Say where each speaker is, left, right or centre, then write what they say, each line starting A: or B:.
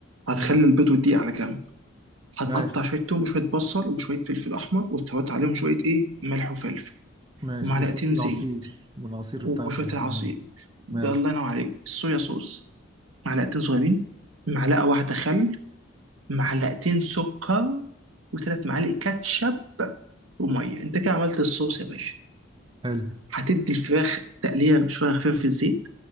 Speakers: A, on the right; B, on the right.
A: هتخلي
B: مم.
A: البيض والدقيق على جنب هتقطع
B: ماشي
A: شويه توم وشويه بصل وشويه فلفل احمر وتحط عليهم شويه ايه ملح وفلفل
B: ماشي
A: ومعلقتين
B: وشوية العصير
A: زيت
B: والعصير
A: وشويه
B: بتاع ال-
A: العصير
B: ماشي
A: الله ينور عليك صويا صوص معلقتين صغيرين معلقه واحده خل معلقتين سكر وثلاث معالق كاتشب وميه انت كده عملت الصوص يا باشا
B: حلو
A: هتدي الفراخ تقليه شويه خفيفه في الزيت